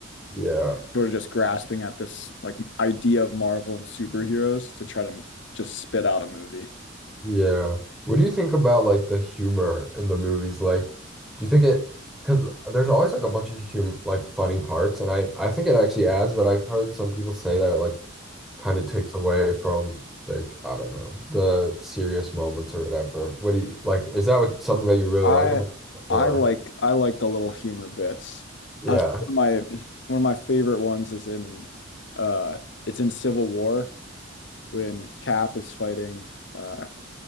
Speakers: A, in the centre; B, on the left.
A: Yeah.
B: sort of just grasping at this like idea of Marvel and superheroes to try to just spit out a movie.
A: Yeah. What do you think about like the humor in the movies? Like, do you think it, because there's always like a bunch of humor, like funny parts, and I I think it actually adds, but I've heard some people say that it like kind of takes away from like I don't know the serious moments or whatever. What do you like? Is that what something that you really
B: I
A: like about it, or
B: I like I like the little humor bits.
A: yeah,
B: I think one of my one of my favorite ones is in uh it's in Civil War when Cap is fighting uh